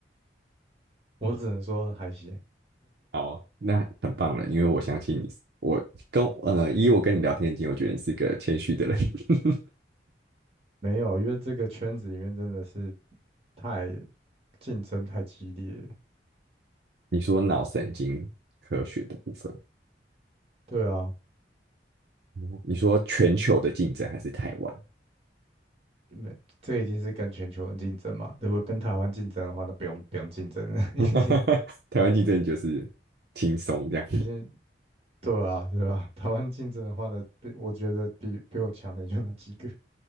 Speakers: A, on the right; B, on the right.
A: 我只能说还行，
B: <clears throat>。好，那很棒了，因为我相信你是我跟呃，以我跟你聊天的经验，我觉得你是一个谦虚的人。<laughs>
A: 没有，因为这个圈子里面真的是太竞争太激烈了，
B: 你说脑神经科学的部分。
A: 对啊，
B: 哦你说全球的竞争还是台湾？
A: 没，这已经是跟全球人竞争嘛，如果跟台湾竞争的话，那不用不用竞争了，<laughs> 已经
B: <laughs> 台湾竞争就是轻松这样，
A: 已经对啊对啊，台湾竞争的话呢，比我觉得比比我强的也就那几个，